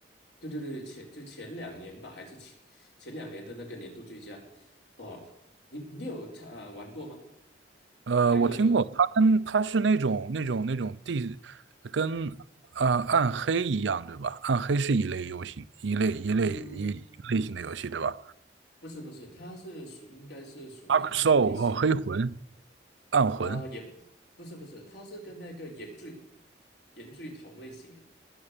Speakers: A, on the left; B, on the right.
A: 对对对，前就前两年吧，还是前前两年的那个年度最佳。哦，你你有他玩过吗？
B: 呃，
A: 还是有
B: 我听过，它跟它是那种那种那种地跟呃暗黑一样，对吧？暗黑是一类游戏，一类一类一一个类型的游戏，
A: 嗯，
B: 对吧
A: 不是不是，它是属应该是属于什么类型
B: 阿克 r 和黑魂、暗魂。
A: 啊、也不是不是，它是跟那个原罪原罪同类型的。